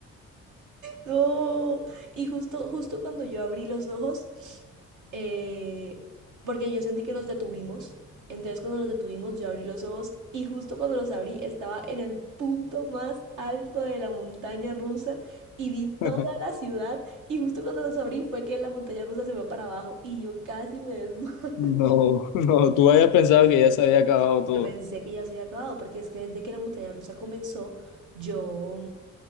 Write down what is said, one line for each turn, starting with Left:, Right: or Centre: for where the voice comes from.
Right: No. Y justo, justo cuando yo abrí los ojos, eh, porque yo sentí que nos detuvimos. Entonces cuando nos detuvimos, yo abrí los ojos y justo cuando los abrí estaba en el punto más alto de la montaña rusa y vi toda
Left: <laughs>
Right: la ciudad y justo cuando los abrí fue que la montaña rusa se fue para abajo y yo casi me desmayé. <laughs>
Left: No, no, tú habías pensado que ya se había acabado todo.
Right: Yo pensé que ya se había acabado porque es que desde que la montaña rusa comenzó, yo,